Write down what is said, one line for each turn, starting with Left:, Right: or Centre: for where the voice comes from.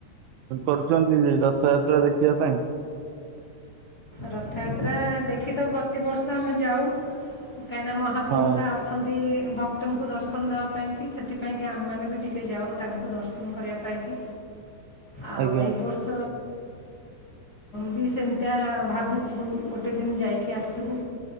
Right: କରୁଛନ୍ତି ରଥଯାତ୍ରା ଦେଖିବା ପାଇଁ?
Left: ରଥଯାତ୍ରା ଦେଖି ତ ପ୍ରତିବର୍ଷ ଆମେ ଯାଉ କାହିଁକିନା ମୋ ମହାପ୍ରଭୁ
Right: ହଁ
Left: ତ ଆସନ୍ତି ଭକ୍ତ କ୍ତଙ୍କୁ ଦର୍ଶନ ଦେବା ପାଇଁକି ସେଥିପାଇଁକି ଆମେମାନେ ବି ଟିକେ ଯାଉ ତାଙ୍କୁ ଦର୍ଶନ କରିବା ପାଇଁକି। ଆଉ
Right: ଆଜ୍ଞା
Left: ଏ ବର୍ଷ ବି ସେମିତିଆ ଭାବିଛୁ ଗୋଟେ ଦିନ ଯାଇକି ଆସିବୁ।